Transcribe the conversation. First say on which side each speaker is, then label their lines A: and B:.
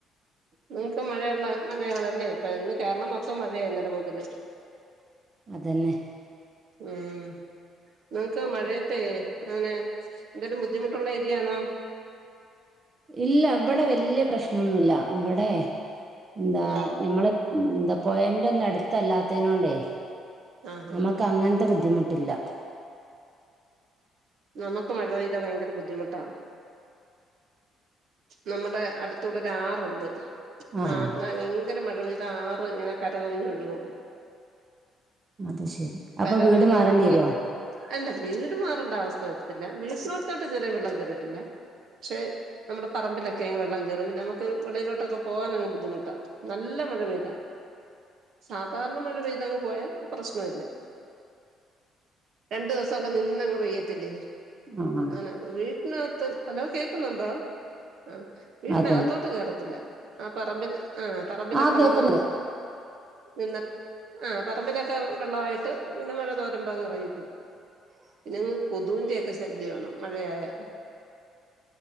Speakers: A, on the right (about 65°); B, on the right (about 35°).
A: നിങ്ങക്ക് മഴയുള്ള മഴയാണല്ലേ, ഇപ്പൊ ഇന്ന് കേരളം മൊത്തം മഴയായിന്നലെ മുതല്
B: അതെന്നെ
A: ഉം നിങ്ങക്ക് മഴയത്തെ അങ്ങനെ എന്തെങ്കലും ബുദ്ധിമുട്ടുള്ള ഏരിയണോ
B: ഇല്ല അവിടെ വലിയ പ്രശ്നൊന്നുല്ല. ഇവിടെ എന്താ
A: ഉം
B: ഞമ്മള് എന്താ പുഴ ന്റെ ഒന്നടുത്ത് ല്ലാത്തതിനോണ്ടേ
A: ആഹ് ആഹ്
B: നമുക്ക്
A: ആഹ്
B: അങ്ങനത്തെ ബുദ്ധിമുട്ടില്ല
A: നമുക്ക് മഴ പെയ്താ ഭയങ്കര ബുദ്ധിമുട്ടാ. നമ്മുടെ അടുത്തടെ ഒരു ആറുണ്ട്.
B: ആഹ്
A: ആ ഭയര മഴ പെയ്ത ആറ് ഇങ്ങനെ കരകവിഞ്ഞൊഴുകും.
B: അത് ശെരി. അപ്പൊ
A: കരകവിഞ്ഞൊഴുകി
B: വീട് മാറേണ്ടി വരുവോ
A: അല്ല വീട് മാറേണ്ട അവസ്ഥ വരുത്തില്ല. വീട്ടിനോടുത്തോട്ട് ഇതുവരെ വെള്ളം കേയറിട്ടില്ല പക്ഷെ, നമ്മുടെ പറമ്പിലൊക്കെങ് വെള്ളം കയറും നമുക്ക് വെളിയിലോട്ടൊക്കെ പോകാന അങ് ബദ്ധമുട്ടാണ്. നല്ല മഴ പെയ്താ. സാധാരണ മഴ പെയ്തങ് പോയാ പ്രശ്ന ഇല്ല. രണ്ടു ദിവസംക്കെ നിന്നങ്ങ് പെയ്യത്തില്ലേ
B: ആഹ്
A: അങ്ങനെ വീട്ടിനകത്ത്, ഹലോ കേക്കുന്നുണ്ടോ ആഹ് വീട്ടിനകത്തോട്ട്
B: അതന്നെ
A: കേയറത്തില്ല ആ പറമ്പിൽ ആ പറമ്പിലൊക്കെ
B: ആഹ് കേക്കുന്നുണ്ട്
A: വന്ന് നിന്നിട്ട് ആഹ് പറമ്പിലൊക്കെ വെള്ളമായിട്ട് പിന്നെ മഴ തോരമ്പോ അങ്ങ ഇറങ്ങി പോവും. പിന്നെ കൊതൂന്റെ ഒക്കെ ശല്യം ണ്. മഴയായാൽ